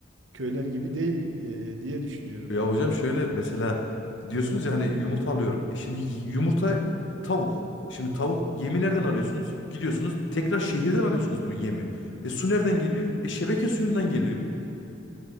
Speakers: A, on the right; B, on the left.
A: köyler gibi değil e, diye düşünüyorum.
B: Ya hocam şöyle mesela diyorsunuz ya hani yumurta alıyorum. E şimdi y- yumurta tavuk. Şimdi tavuk yemi nereden alıyorsunuz? Gidiyorsunuz tekrar şehirden alıyorsunuz bu yemi. E su nereden geliyor? E şebeke suyundan geliyor.